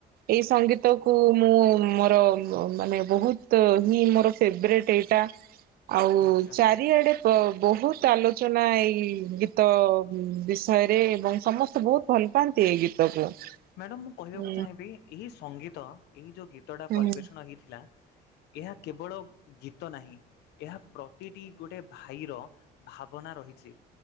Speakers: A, on the right; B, on the left.
A: ଏଇ ସଙ୍ଗୀତକୁ ମୁଁ ମୋର ମାନେ ବହୁତ ହିଁ ମୋର ଫେବରେଟ୍ ଏଇଟା। ଆଉ
B: ନିଶ୍ଚୟ।
A: ଚାରିଆଡ଼େ ପ୍ର ହୁତ ଆଲୋଚନା ଏଇ ଗୀତ ବିଷୟରେ ଏବଂ ସମସ୍ତେ ବହୁତ ଭଲ ପାଆନ୍ତି ଏଇ ଗୀତକୁ।
B: ମ୍ୟାଡ଼ାମ ମୁଁ କହିବାକୁ
A: ହୁଁ
B: ଚାହିଁବି ଏଇ ସଙ୍ଗୀତ ଏଇ ଯୋଉ ଗୀତଟା
A: ହୁଁ।
B: ପରିବେଷଣ ହେଇଥିଲା ଏହା କେବଳ ଗୀତ ନାହିଁ। ଏହା ପ୍ରତିଟି ଗୋଟେ ଭାଇର ଭାବନା ରହିଛି।